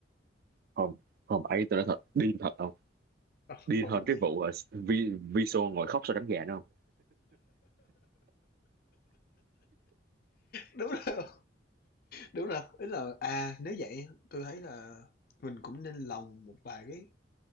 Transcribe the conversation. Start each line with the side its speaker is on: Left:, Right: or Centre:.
Right: không không ấy tôi nói thật điên thật không
Left: Ờ,
Right: điên
Left: hồi
Right: hơn
Left: đó
Right: cái
Left: thì
Right: vụ ờ, vi Viso ngồi khóc sau đánh gà nữa không
Left: <laughs> đúng rồi Đúng rồi, ý là, à, nếu vậy tôi thấy là mình cũng nên lồng một vài cái